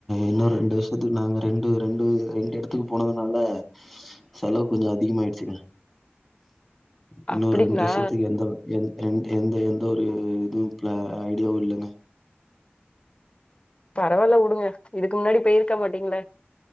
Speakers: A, in the centre; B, on the left.
A: இன்னு ரெண்டு வர்ஷத்துக்கு நாங்க ரெண்டு ரண்டு ரெண்டு ரெண்டு இடத்துக்கு போனதுனால செலவு கொஞ்சோ அதிகமாயிடுச்சுங்க இன்னொரு
B: அப்டிங்களா
A: ரெண்டு வர்ஷத்தக்கு எந்த எந் எந் எந்த எந்த ஒரு இதுவு பிளா ஐடியாவு இல்லங்க
B: பரவாயில்ல உடுங்க இதுக்கு முன்னாடி போயிருக்க மாட்டீங்ளா